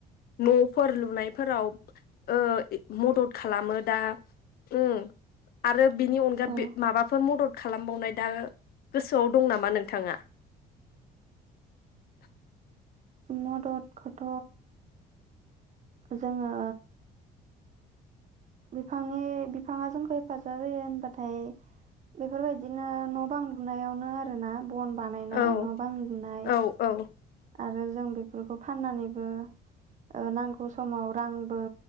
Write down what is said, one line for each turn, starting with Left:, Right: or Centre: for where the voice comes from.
Left: न'फोर लुनायफोराव ओ ए मदद खालामो दा उम आ आरो बिनि अनगा
Right: औ
Left: बे माबाफोर मदद खालामबावनाय दा गोसोआव दं नामा नोंथाङा? <inaudible>
Right: मददखौथ जोंङो बिफांनि बिफाङा जोंखौ हेफाजाब होयो होनबाथाय बेफोरबायदिनो न' बां लुनायावनो आरोना बन बानायनाय
Left: औ
Right: न बां लुनाय
Left: औ औ
Right: आरो जों बेफोरखौ फाननानैबो ओ नांगौ समाव रांबो